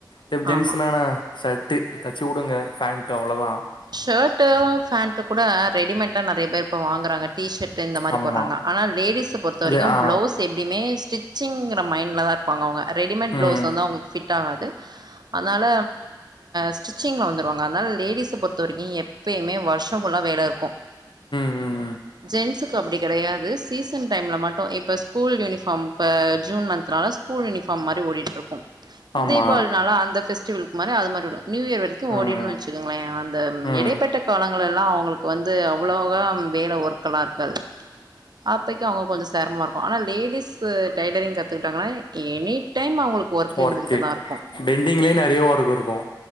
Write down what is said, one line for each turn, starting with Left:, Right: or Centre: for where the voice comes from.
Left: இப்ப ஜென்ஸ்னா
Right: ஆமா
Left: நா ஷர்ட்டு இத தச்சு குடுங்க ஃபேண்ட்டு அவ்ளோதா
Right: ஷர்ட்டு ஃபேண்ட் கூட ரெடிமேட் தா நெறைய பேர் இப்ப வாங்குறாங்க டி ஷர்ட்டு இந்த மாரி
Left: ஆமா
Right: போட்றாங்க ஆனா லேடிஸ பொறுத்த
Left: இல்ல
Right: வரைக்கு
Left: ஆ
Right: ப்ளவுஸ் எப்டியுமே ஸ்டிச்சிங் மைண்ட்ல தாருப்பாங்க அவுங்க ரெடிமேட்
Left: ம்
Right: ப்ளவுஸ் வந்து அவுங்ளுக்கு ஃபிட் ஆகாது அனால ஸ்டிச்சிங்ல வந்துருவாங்க அனால லேடிஸ பொறுத்த வரைக்கு எப்பயுமே வருஷோ ஃபுல்லா வேல இருக்கு
Left: ம் ம்
Right: ஜென்ஸுக்கு அப்டி கெடையாது சீசன் டைம்ல மட்டு இப்ப ஸ்கூல் யூனிஃபார்ம் இப்ப ஜூன் மன்த்னால ஸ்கூல் யூனிஃபார்ம் மாரி ஓடிட்ருக்கு
Left: ஆமா
Right: தீபாளினால அந்த ஃவெஸ்டிவல்க்கு மாரி அது மாரி ஓடூ நியூ இயர் வரைக்கு ஓடிருன்
Left: ம்
Right: வச்சுக்குங்ளே அந் த
Left: ம்
Right: இடைப்பட்ட காலங்கெல்லா அவுங்ளுக்கு வந்து அவ்ளவுகா வேல ஒர்க்லா இருக்காது அப்பக்கி அவுங்க கொஞ்சோ செரமமாருக்கு ஆனா லேடிஸ்ஸு டைலரிங் கத்துக்கிட்டாங்னா எனி டைம் அ வுங்களுக்கு ஒர்க் இருந்துகிட்டு
Left: ஒர்க்கு
Right: தா இருக்கு
Left: பெண்டிங்லே நெறைய ஒர்க் இருக்கூ